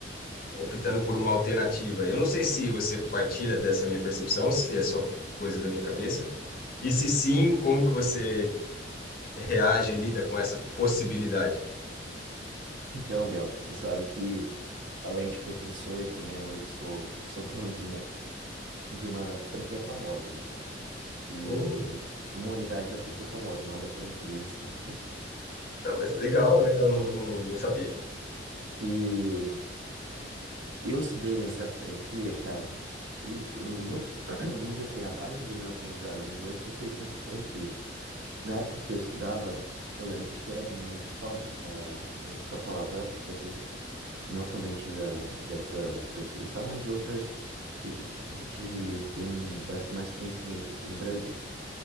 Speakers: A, on the left; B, on the right.
A: optando por uma alternativa. Eu não sei se você partilha dessa minha percepção, se é só coisa da minha cabeça, e se sim, como que você reage e lida com essa possibilidade?
B: Então, Bel, você sabe que além de professor, também hoje sou, sou dono de uma, de uma franquia famosa, né? E
A: Oh,
B: uma unidade da franquia famosa, não da franquia em si, né?
A: não, mas legal, legal, não, não, não sabia.
B: E eu estudei nessa franquia, cara. E o meu, <clears throat> vamos dizer assim, a base do meu aprendizado em inglês foi feita nessa franquia. Na época que eu estudava, eu lembro que era muito fam... é, a gente só falava dessas, não somente da, né, dessa, dessa franquia que eu estava, mas de outras que a gente tem bas- mais conhecimento aqui no Brasil.